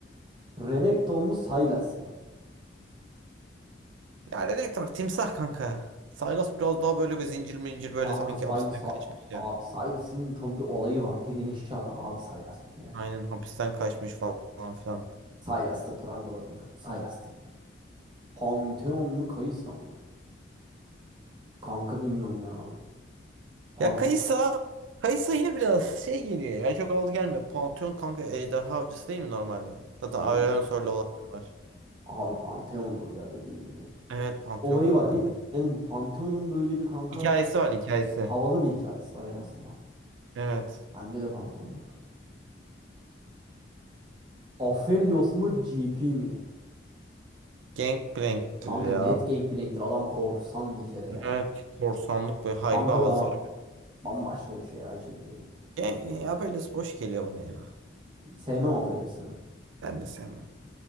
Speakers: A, on the right; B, on the right.
A: Renekton mu Sylas mı?
B: Ya ne demek var? Timsah kanka. Saygos biraz daha böyle bir zincir mincir böyle
A: Kanka
B: sanki
A: Sylas.
B: hapisten
A: Sa-
B: kaçmış ya.
A: Abi Sylas'ın tam bir olayı var. Direnişçi adam abi Sylas bir kere.
B: Aynen hapisten kaçmış falan filan.
A: Sylas'tır prangalarını kırıp. Sylas'tır ya. Pantheon mu Kayısa mı? Kanka bilmiyorum ya. Pante
B: Ya Kaysa Kaysa yine biraz şey geliyor ya çok aldı gelmiyor. Pantheon kanka ejderha avcısı değil mi normalde? Zaten
A: Oy.
B: Aurelion olan var.
A: Abi Pantheon'dur ya dediğin gibi.
B: Evet Pantheon
A: Olayı
B: kanka
A: var bir
B: bence.
A: yani Pantheon'un böyle bir kanka
B: Hikayesi var hikayesi.
A: Havalı bir hikayesi var en azından.
B: Evet.
A: Bence de Pantheon'dur. Aphelios mu GP mi?
B: Gangplank'tir
A: Kanka
B: ya.
A: net Gangplank'tir. Adam korsan bir kere ya.
B: Evet korsanlık böyle hayri
A: Kanka
B: bir havası
A: da
B: var.
A: bambaşka bir şey ya GP.
B: Gen ya böyle boş geliyor bana ya.
A: Sevmem Aphelios'u ben.
B: Ben de sevmem.